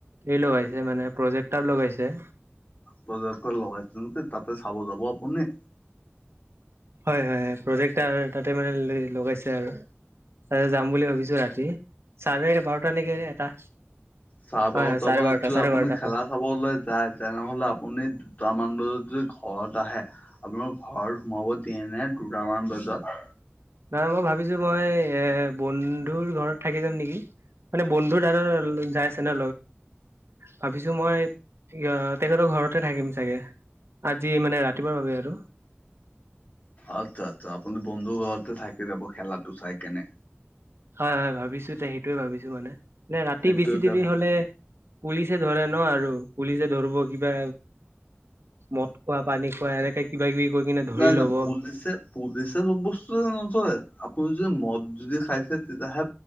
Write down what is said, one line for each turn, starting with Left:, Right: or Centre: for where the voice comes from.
Right: এই লগাইছে মানে প্ৰজেক্টৰ লগাইছে।
Left: প্ৰজেক্টৰ লগাইছে ন' তাতে চাব যাব আপুনি।
Right: হয়-হয়, প্ৰজেক্ট তাতে মানে লগাইছে আৰু। তাকে যাম বুলি ভাবিছো ৰাতি, চাৰে বাৰটা নেকি এটা।
Left: চাৰে
Right: হয়
Left: বাৰটা
Right: হয় চাৰে
Left: পা যদি
Right: চাৰে
Left: আপুনি
Right: বাৰটা
Left: খেলা
Right: হয়
Left: চাবলৈ যায়। তেনেহলে আপুনি দুটামান বজাত যদি ঘৰত আহে, আপোনোক ঘৰ সোমাব দিয়ে নে দুটামান বাজাত।
Right: নহয় মই ভাবিছো মই এ বন্ধুৰ ঘৰত থাকি যাম নেকি? মানে বন্ধু দাদা যাই চনে ভাবিছো মই তেখেতৰ ঘৰতে থাকিম চাগে। আজি মানে ৰাতিপুৱাৰ বাবে আৰু।
Left: আচ্ছা-আচ্ছা, আপুনি বন্ধু ঘৰতে থাকি যাব খেলাটো চাই কেনে,
Right: হয়-হয়, ভাবিছো সেইটোৱে ভাবিছো মানে, এ ৰাতি
Left: সেইটোকে
Right: বেছি দেৰি
Left: ভাল
Right: হলে পুলিচে ধৰে ন আৰু পুলিচে ধৰিব কিবা, মত খোৱা পানী খোৱা এনেকে কিবা কিবি কৰি কিনে ধৰি
Left: নাই নাই না,
Right: লব।
Left: পুলিচে পুলিচে চব বস্তু নধৰে, আপুনি যদি মদ যদি খাইছে তেতিয়াহে